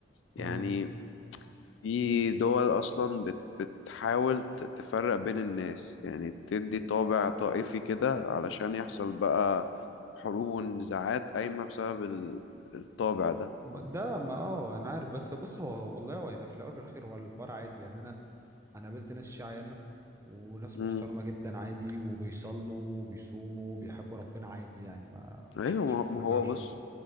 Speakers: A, on the left (about 70°); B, on the right (about 15°).
A: يعني
B: امم
A: في دول أصلا بت- بتحاول ت- تفرق بين الناس يعني بتدي طابع طائفي كده علشان يحصل بقى حروب ونزاعات قايمة بسبب ال- الطابع ده
B: م- ده ما اه أنا عارف بس بص هو والله هو يعني في الأول وفي الآخر هو الحوار عادي يعني أنا أنا قابلت ناس شيعة ياما وناس
A: مم.
B: محترمة جدا عادي وبيصلوا وبيصوموا وبيحبوا ربنا عادي يعني ما
A: أيوة
B: ما شفتش
A: ما هو ما
B: ما
A: هو
B: جاش
A: بص